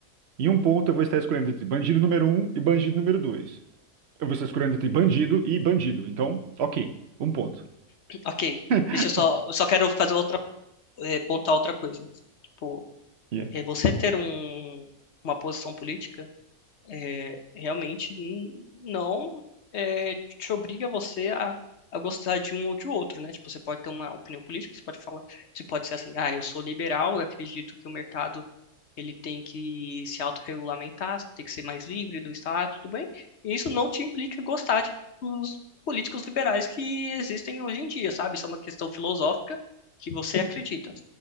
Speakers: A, on the right; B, on the left.
A: em um ponto eu vou estar escolhendo entre bandido número um e bandido número dois. Eu vou estar escolhendo entre bandido e bandido. Então, ok, um ponto.
B: Ok.
A: <laughs>
B: Deixa eu só. Eu só quero fazer outra. É, pontar outra coisa. Tipo,
A: Yeah.
B: é, você ter um, uma posição política. é, realmente n- não é, te obriga você a, a gostar de um ou de outro, né? Tipo, você pode ter uma opinião política, você pode falar, você pode ser assim, ah, eu sou liberal, eu acredito que o mercado ele tem que se autorregulamentar, tem que ser mais livre do Estado, tudo bem? E isso não te implica gostar de, dos políticos liberais que existem hoje em dia, sabe? Isso é uma questão filosófica que você acredita.